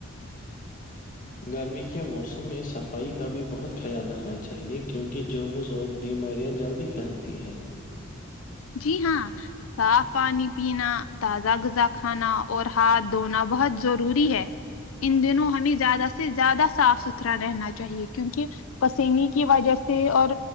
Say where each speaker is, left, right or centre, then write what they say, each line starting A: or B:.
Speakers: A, on the left (about 40°); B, on the left (about 70°).
A: گرمی کے موسم میں صفائی کا بھی بہت خیال رککھنا چاہیے کیونکہ جمز اور بیماریاں جلدی پھیلتی ہے
B: جی ہاں صاف پانی پینا تازہ غذا کھانا اور ہاتھ دھونا بہت ضروری ہے ان دنوں ہمیں زیادہ سے زیادہ صاف ستھرا رہنا چاہیے کیونکہ پسینے کی وجہ سے اور